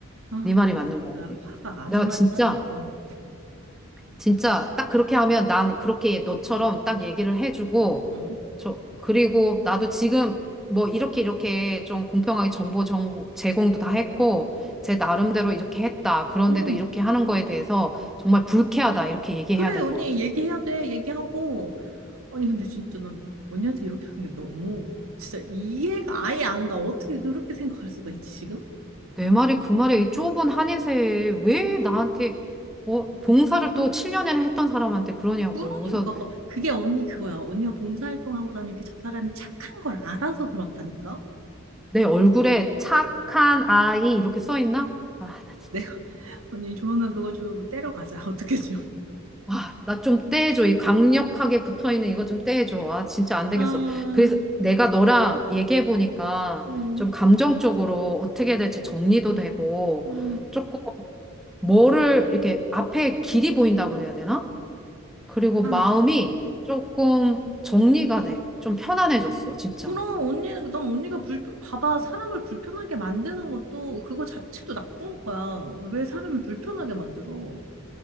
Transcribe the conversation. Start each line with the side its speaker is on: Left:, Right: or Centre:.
Right: 아,
Centre: 네 말이
Right: 나
Centre: 맞는
Right: 진짜
Centre: 것 같아.
Right: 화가 아주
Centre: 내가
Right: 많이
Centre: 진짜
Right: 나는 건.
Centre: 진짜 딱 그렇게 하면 난 그렇게 너처럼 딱 얘기를 해주고
Right: 응,
Centre: 저 그리고 나도 지금 뭐 이렇게 이렇게 좀 공평하게 정보 정보 제공도 다 했고 제 나름대로 이렇게 했다. 그런데도
Right: 응.
Centre: 이렇게 하는 거에 대해서 정말 불쾌하다. 이렇게 얘기해야
Right: 그래,
Centre: 될
Right: 언니
Centre: 것 같아.
Right: 얘기해야 돼. 얘기하고. 아니, 근데 진짜 난 언니한테 이렇게 하는 게 너무 진짜 이해가 아예 안 가. 어떻게 그렇게 생각할 수가 있지, 지금?
Centre: 내 말이 그 말이 이 좁은 한인세에 왜 나한테 어, 봉사를 또 7년이나 했던 사람한테 그러냐고.
Right: 그러니까
Centre: 그래서
Right: 그게 언니 그거야. 언니가 봉사활동하고 다니는 게 저 사람이 착한 걸 알아서 그렇다니까.
Centre: 내 얼굴에 착한 아이 이렇게 써 있나? 아, 나 진짜.
Right: 네, <laughs> 언니 조만간 그거 좀 떼러 가자. <laughs> 어떻게 좀.
Centre: 아 나 좀 떼해줘. 이 강력하게 붙어있는 이거 좀 떼해줘. 아, 진짜 안 되겠어.
Right: 아,
Centre: 그래서 내가 너랑 얘기해보니까
Right: 음,
Centre: 좀 감정적으로 어떻게 해야 될지 정리도 되고
Right: 음.
Centre: 조금 뭐를 이렇게 앞에 길이 보인다 그래야 되나? 그리고
Right: 아,
Centre: 마음이 조금 정리가 돼. 좀 편안해졌어, 진짜.
Right: 그럼 언니는 넌 언니가 불 봐봐 사람을 불편하게 만드는 것도 그거 자체도 나쁜 거야. 왜 사람을 불편하게 만들어?